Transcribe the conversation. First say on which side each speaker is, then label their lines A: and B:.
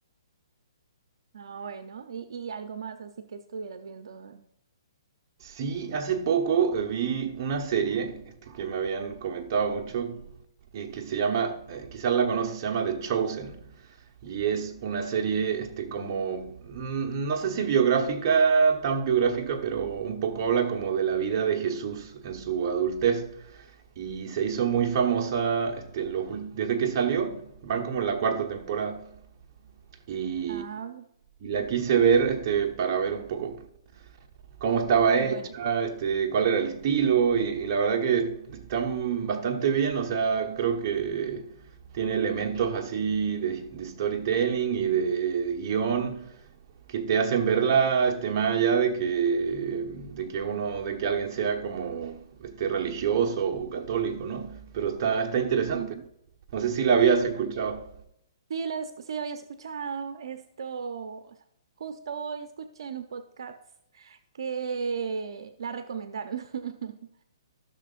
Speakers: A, on the right; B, on the right.
A: Ah, bueno, y, y algo más así que estuvieras viendo.
B: Sí, hace poco eh, vi una serie este, que me habían comentado mucho eh, que se llama, eh, quizás la conoces, se llama The Chosen y es una serie este, como, mm, no sé si biográfica, tan biográfica, pero un poco habla como de la vida de Jesús en su adultez y se hizo muy famosa este, en los ul- desde que salió, van como en la cuarta temporada y,
A: Ah,
B: y la quise ver este, para ver un poco cómo estaba
A: y
B: hecha,
A: bueno.
B: este, cuál era el estilo, y, y la verdad que están bastante bien, o sea, creo que tiene elementos así de, de storytelling y de guión que te hacen verla, este, más allá de que, de que uno, de que alguien sea como este religioso o católico, ¿no? Pero está, está interesante.
A: Ujú.
B: No sé si la habías
A: Ah.
B: escuchado.
A: Sí, la, escu- sí, había escuchado esto. Justo hoy escuché en un podcast que la recomendaron. <laughs>